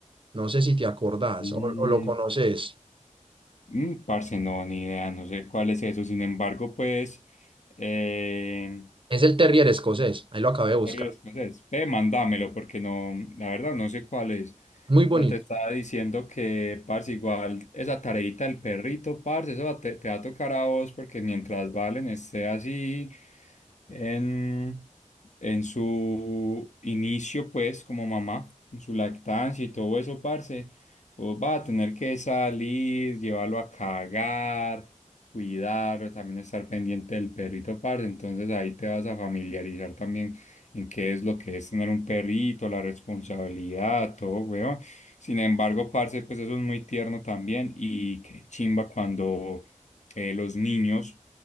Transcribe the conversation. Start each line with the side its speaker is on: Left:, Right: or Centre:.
Right: no sé si te acordás
Left: Mm,
Right: o o lo conoces.
Left: mm, parce, no, ni idea, no sé cuál es eso. Sin embargo, pues, eh,
Right: Es el terrier escocés, ahí lo acabé de buscar.
Left: Correo escocés. Ve, mándamelo porque no, la verdad no sé cuál es.
Right: Muy bonito.
Left: Pero te estaba diciendo que, parce, igual esa tareita del perrito, parce, eso va- te, te va a tocar a vos porque mientras Valen esté así en, en su inicio, pues, como mamá, en su lactancia y todo eso, parce, vos vas a tener que salir, llevarlo a cagar, cuidarlo, también estar pendiente del perrito, parce. Entonces ahí te vas a familiarizar también en qué es lo que es tener un perrito, la responsabilidad, todo, weón. Sin embargo, parce, pues eso es muy tierno también y qué chimba cuando eh, los niños,